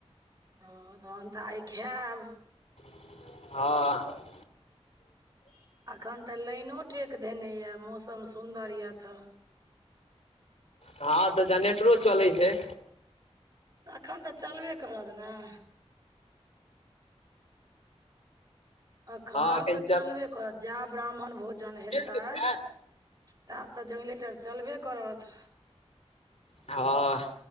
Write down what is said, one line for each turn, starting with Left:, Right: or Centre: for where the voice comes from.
Right: ओ तहन तऽ आइ खाएब।
Left: ह
Right: अखन तऽ लाइनो टेक धेनेया मौसम सुन्दर यऽ तऽ।
Left: हँ तऽ जनेट्रो चलैय छैय।
Right: अखैन तऽ चलबे करत नऽ। अखन
Left: हँ एखन
Right: तऽ चलबे करत जा ब्राह्मण भोजन
Left: कर
Right: हेतैय। ता तऽ जंगलेटर चलबे करत।
Left: हँ